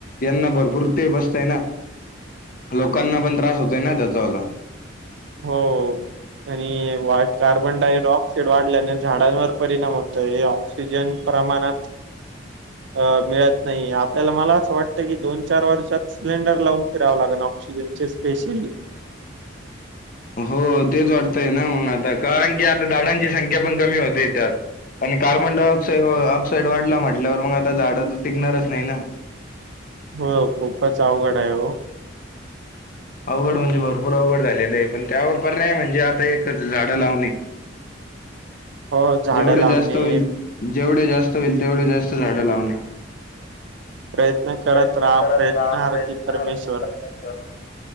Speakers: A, on the left; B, on the right.
A: यांना भरपूर ते बसतय ना. लोकांना पण त्रास होतय ना त्याचावाला
B: हो आणि वा कार्बन डाइडऑक्साइड वाढल्याने झाडांवर परिणाम होतोय. सिजन प्रमाणात हं मिळत नाही आपल्याला मला असं वाटत की दोन चार वर्षात सिलेंडर लावून फिरावं लागणार. ऑक्सिजन चे स्पेशली
A: हो तेच वाटतंय ना मग आता कारण की आता झाडांची संख्या पण कमी होते त्यात आणि कार्बन डाय ऑक्साइड ऑक्साइड वाढला म्हटल्यावर मग आता झाडं तर टिकणारच नाही ना.
B: हो खूपच अवघड आहे हो
A: अवघड म्हणजे भरपूर अवघड झालेलं आहे पण त्यावर पर्याय म्हणजे आता एकच झाडं लावणे.
B: हो झाडं
A: जेवढे
B: लावणे
A: जास्त होईल जेवढे जास्त होईल तेवढे जास्त झाडं लावणे.
B: प्रयत्न करत
A: प्रयत्न
B: राहा
A: करत
B: प्रयत्नारती
A: राहा प्रयत्न
B: परमेश्वर
A: रती परमेश्वर